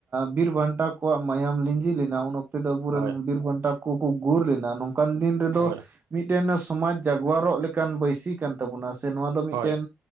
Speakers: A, on the right; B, on the right.
A: ᱵᱤᱨ ᱵᱟᱱᱴᱟ ᱠᱚᱣᱟᱜ ᱢᱟᱭᱟᱢ ᱞᱤᱸᱡᱤ ᱞᱮᱱᱟ ᱩᱱ᱾ ᱛᱮ ᱫᱚ ᱟᱵᱚᱨᱮᱱ
B: ᱦᱳᱭ
A: ᱵᱤᱨ ᱵᱟᱱᱴᱟ ᱠᱚᱠᱚ ᱜᱩᱨ ᱞᱮᱱᱟ ᱱᱚᱝᱠᱟᱱ ᱫᱤᱱ ᱨᱮᱫᱚ᱾
B: ᱦᱳᱭ
A: ᱢᱤᱫᱴᱮᱱ ᱥᱚᱢᱟᱡᱽ ᱡᱟᱜᱽᱣᱟᱨᱚᱜ ᱞᱮᱠᱟᱱ ᱵᱟᱹᱭᱥᱤ ᱠᱟᱱ ᱛᱟᱵᱚᱱᱟ ᱥᱮ ᱱᱚᱣᱟ ᱫᱚ ᱢᱤᱫᱴᱮᱱ
B: ᱦᱳᱭ